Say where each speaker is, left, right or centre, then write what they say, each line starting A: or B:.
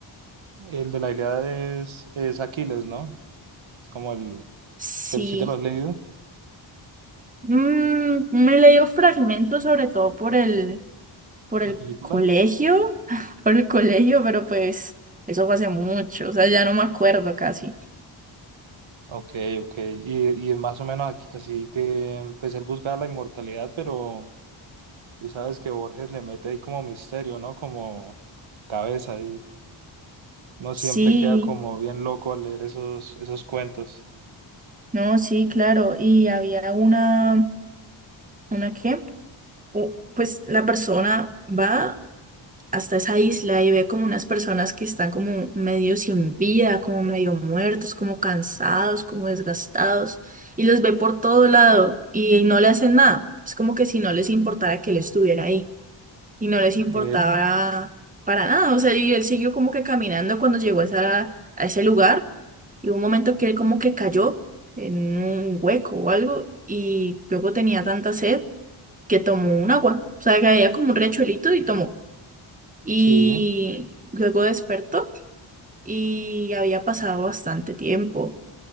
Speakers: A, on the right; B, on the right.
A: el de la Ilíada es, es Aquiles, ¿no? Es como el...
B: Sí.
A: ¿Te, sí te lo has leído?
B: Mm, me he leído fragmentos sobre todo por el, por el
A: ¿La película?
B: colegio, <laughs> por el colegio, pero pues eso fue hace mucho, o sea, ya no me acuerdo casi.
A: Ok, ok. Y, y más o menos aquí- así que, pues él busca la inmortalidad, pero tú sabes que Borges le mete ahí como misterio, ¿no? Como cabeza. No siempre
B: Sí,
A: queda como bien loco al leer esos, esos cuentos.
B: no, sí, claro, y había una, ¿una qué? U- pues la persona va hasta esa isla y ve como unas personas que están como medio sin vida, como medio muertos, como cansados, como desgastados, y los ve por todo lado y no le hacen nada. Es como que si no les importara que él estuviera ahí. y no les
A: Ok,
B: importaba para nada. O sea, y él siguió como que caminando cuando llegó a, esa- a ese lugar y hubo un momento que él como que cayó en un hueco o algo y luego tenía tanta sed que tomó un agua. O sea, que había como un riachuelito y tomó. Y
A: sí,
B: luego despertó y había pasado bastante tiempo